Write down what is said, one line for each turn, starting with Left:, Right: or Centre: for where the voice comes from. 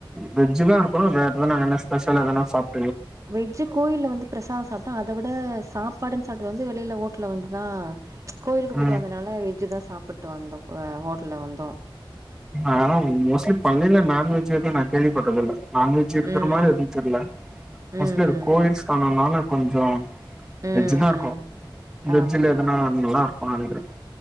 Centre: வெஜ் தா இருக்கும் வேற எதனா ஸ்பெஷல்லா எதானசாப்
Right: வெஜ் கோயில்ல வந்து பிரசாதம் சாப்டோ அத விட சாப்பாடுன்னு சாப்பிட்டு வந்து வெளியில ஓட்டு்ல வந்துதான் கோயிலுக்கு போயிட்டு
Centre: ம்
Right: வந்ததுனால வெஜ் தான் சாப்பிட்டு வந்தோம் ஹோட்ல வந்தோம்
Centre: ஆனா மோஸ்ட்லி பழனில நான்வெஜ் ஏதும் நா கேள்விபட்டது இல்ல நான்வெஜ் இருக்கிற
Right: ம்
Centre: மாரி எதும் தெரில
Right: ம்
Centre: மோஸ்ட்லி அது கோவில்ஸ்தளன்னால
Right: ம்
Centre: கொஞ்சம்
Right: ம்
Centre: வெஜ் தா இருக்கும் வெஜ்ல
Right: ஆமா ஆமா
Centre: எதனா
Right: ஆமா
Centre: நல்லா இருக்கும்னு‌ நெனைக்கிறே